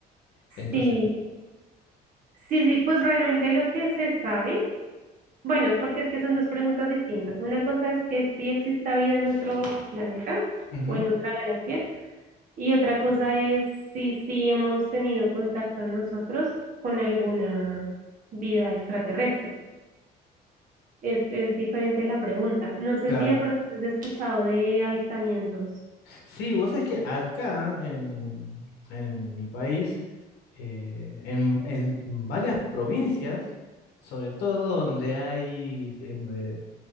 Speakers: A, on the left; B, on the right.
A: Entonces,
B: sí, sí, sí, pues realmente lo que se sabe. Bueno, porque es que son dos preguntas distintas. Una cosa es que sí exista vida en otro planeta
A: ujú,
B: o en otra galaxia, y otra cosa es si sí hemos tenido contacto nosotros con alguna vida extraterrestre. Es, es diferente la pregunta. No sé
A: claro.
B: si de pronto has escuchado de avistamientos.
A: Sí, vos sabés que acá en, en mi país, eh, en, en varias provincias, sobre todo donde hay em, eh,